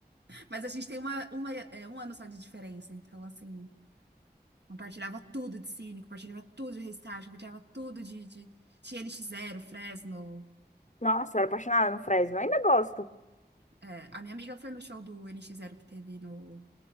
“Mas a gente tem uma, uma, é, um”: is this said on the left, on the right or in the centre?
Right